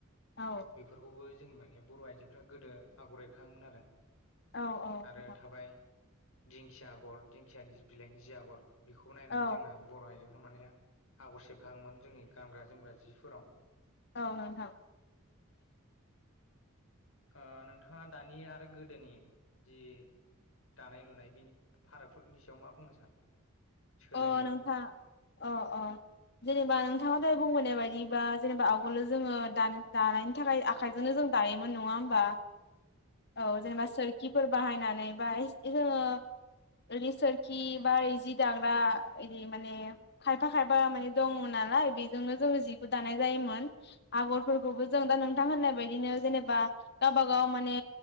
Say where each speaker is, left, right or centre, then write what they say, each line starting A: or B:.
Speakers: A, on the left (about 50°); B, on the left (about 65°).
A: औ
B: बेफोरखौबो जोंनि माने बर' आइजोफ्रा गोदो आगर एरखाङोमोन आरो
A: औ नोंथां
B: आरो थाबाय दिंखिया आगर दिंखियानि जि बिलाइनि जि आगर बेखौ नायनानै
A: औ
B: जोंना बर' आइजो फोरा माने आगर सेबखाङोमोन जोंनि गानग्रा जोमग्रा जिफोराव।
A: औ नोंथां।
B: ओ नोंथाङा दानि आरो गोदोनि जि दानाय लुनाय बिनि फारागफोरनि सायाव मा बुंनो सानो? सोलायनाय
A: अ नोंथां अ अ जेनोबा नोंथाङा दहाय बुंबोननाय बायदि बा जेनोबा आवगोलनो जोङो दा दानायनि थाखाय आखाइजोंनो जों दायोमोन नङा होमबा? औ जेनोबा सोरखिफोर बाहायनानै बा ए जोङो सोरखि बा जि दा बा इदि माने खायफा खायफा माने दङ नालाय बेजोंनो जोङो जिखौ दानाय जायोमोन। आगरफोरखौबो जों दा नोंथां होननाय बायदिनो जेनोबा गावबा गाव माने